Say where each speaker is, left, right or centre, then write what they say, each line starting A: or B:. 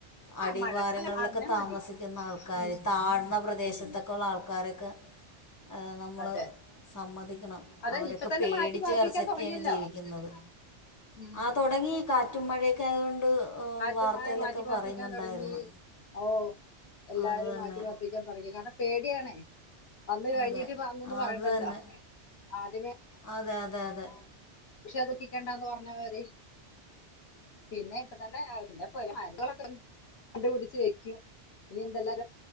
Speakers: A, on the left; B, on the left.
A: അ അടിവാരങ്ങളിലൊക്കെ
B: മഴക്കാലം അറിഞ്ഞാ
A: താമസിക്കുന്ന
B: മതി
A: ആൾക്കാര്
B: ഉം
A: താഴ്ന്ന പ്രദേശത്തൊക്കെ
B: ഉം
A: ഉള്ള ആൾക്കാരെ ഒക്ക. ആ നമ്മള്
B: അതെ
A: സമ്മതിക്കണം,
B: അതെ
A: അവരൊക്കെ
B: ഇപ്പൊ തന്നെ
A: പേടിച്ചു
B: മാറ്റി പാർപ്പിക്കാൻ
A: വെറ ച്ചൊക്കേണ്
B: തുടങ്ങിയല്ലോ
A: ജീവിക്കുന്നത്.
B: ഉം.
A: ആ തുടങ്ങി. കാറ്റും മഴയൊക്ക ആയൊണ്ട്
B: കാറ്റ്
A: വാർത്തയിലൊക്കെ
B: മഴ മാറ്റി പാർപ്പിക്കാൻ
A: പറയുന്നുണ്ടായിരുന്നു.
B: തുടങ്ങി ഓ എല്ലാരെയും
A: അത് തന്നെ
B: മാറ്റി പർപ്പിക്കാൻ പറഞ്ഞു കാരണം പേടിയാണേ വന്ന് കഴിഞ്ഞിട്ട്
A: അതെ
B: പറന്നൊന്ന് പറയണ്ടല്ലോ
A: അത് തന്നെ
B: ആദ്യമേ.
A: അതെ, അതെ, അതെ!
B: പക്ഷേ ദുഃഖിക്കേണ്ടാന്ന് പറഞ്ഞ മതി. പിന്നെ ഇപ്പ തന്നെ <unintelligible> കണ്ട്പിടിച്ച് വെക്കും ഇനി എന്തെല്ല-